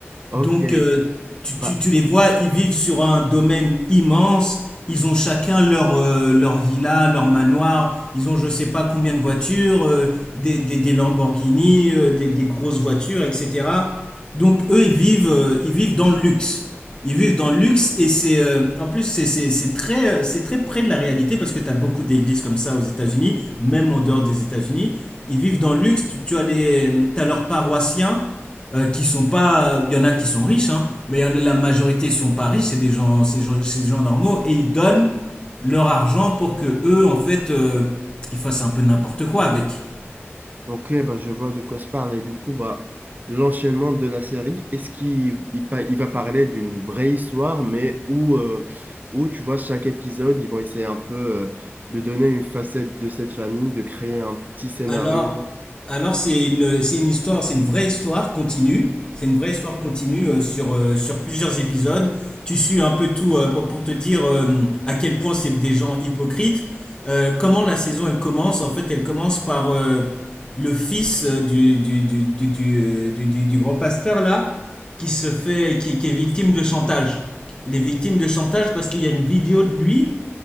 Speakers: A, on the right; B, on the left.
A: Ok,
B: Donc, euh, tu,
A: bah,
B: tu- tu les vois, ils vivent sur un domaine immense. Ils ont chacun leur, euh, leur villa, leur manoir. Ils ont je sais pas combien de voitures, euh, des, des, des Lamborghini, euh, des, des grosses voitures, etc. Donc, eux, ils vivent, euh, ils vivent dans le luxe. Ils vivent dans le luxe et c'est euh, en plus c'est c'est- c'est très, euh, c'est très près de la réalité parce que tu as beaucoup d'églises comme ça aux États-Unis, même en dehors des États-Unis. Ils vivent dans le luxe, tu, tu as les, euh, t'as leurs paroissiens euh, qui sont pas. Il y en a qui sont riches, hein, mais y en a- la majorité sont pas riches, c'est des gens, c'est des gens- c'est des gens normaux et ils donnent leur argent pour que eux, en fait, euh, ils fassent un peu n'importe quoi avec.
A: ok, bah, je vois de quoi se parle. Et du coup, bah, l'enchaînement de la série, est-ce qu'il il, pa- il va parler d'une vraie histoire, mais où, euh, où, tu vois, chaque épisode, ils vont essayer un peu euh, de donner une facette de cette famille, de créer un petit scénario
B: Alors, alors c'est une, c'est une histoire, c'est une vraie histoire continue. C'est une vraie histoire continue euh, sur, euh, sur plusieurs épisodes. Tu suis un peu tout euh, pour, pour te dire euh, à quel point c'est des gens hypocrites. Euh, comment la saison elle commence? En fait, elle commence par euh, le fils euh, du, du, du, du, du, euh, du- du- du grand pasteur là, qui se fait, qui, qui est victime de chantage. Il est victime de chantage parce qu'il y a une vidéo de lui